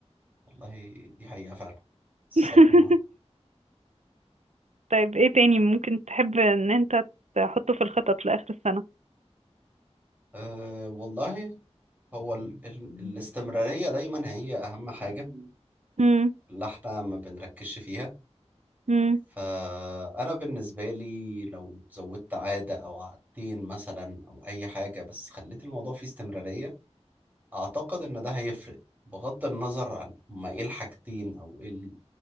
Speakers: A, on the right; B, on the right.
A: والله دي حقيقة فعلا الصبر
B: <laughs>
A: معاها
B: طيب ايه تاني ممكن تحب ان انت تحطه في الخطط لاخر السنه
A: أه والله هو ال... ال... الاستمرارية دايما هي اهم حاجة
B: امم
A: اللي احنا ما بنركزش فيها
B: امم
A: فأنا بالنسبة لي لو زودت عادة أو عادتين مثلا أو أي حاجة بس خليت الموضوع فيه استمرارية أعتقد إن ده هيفرق بغض النظر عن هما إيه الحاجتين أو إيه